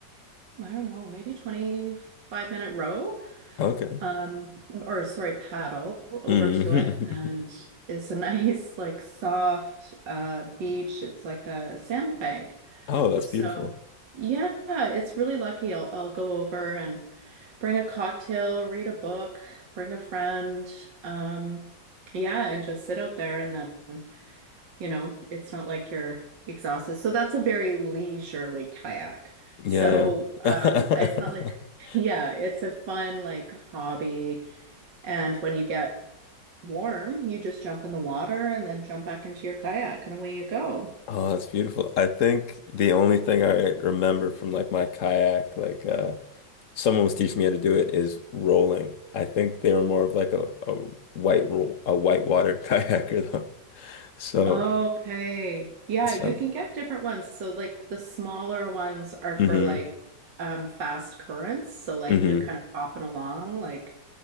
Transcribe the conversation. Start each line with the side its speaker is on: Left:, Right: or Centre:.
Right: I don't know, maybe 25 minute row,
Left: Okay.
Right: um, or sorry, paddle over
Left: Mhm.
Right: to it. And it's a <laughs> nice, like soft uh beach. It's like a sandbank.
Left: <laughs> Oh, that's
Right: So
Left: beautiful.
Right: yeah, it's really lucky. I'll I'll go over and bring a cocktail, read a book, bring a friend, um, yeah, and just sit out there and then you know, it's not like you're exhausted. So that's a very leisurely kayak.
Left: Yeah,
Right: So um,
Left: yeah.
Right: it's not like,
Left: <laughs>
Right: yeah, it's a fun like hobby. And when you get warm, you just jump in the water and then jump back into your kayak and away you go.
Left: Oh, that's beautiful. I think the only thing I remember from like my kayak, like uh someone was teaching me how to do it is rolling. I think they were more of like a, a white roll a whitewater <laughs> kayaker though. So
Right: Okay. Yeah,
Left: it sounds
Right: you can get different ones. So like the smaller ones are for
Left: mm-hmm.
Right: like um fast currents. So like
Left: Mm-hmm.
Right: you're kind of popping along like